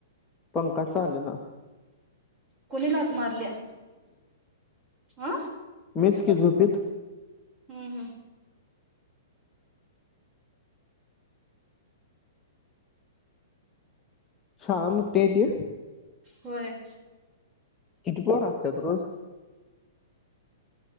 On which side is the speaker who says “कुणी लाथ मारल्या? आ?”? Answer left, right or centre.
Right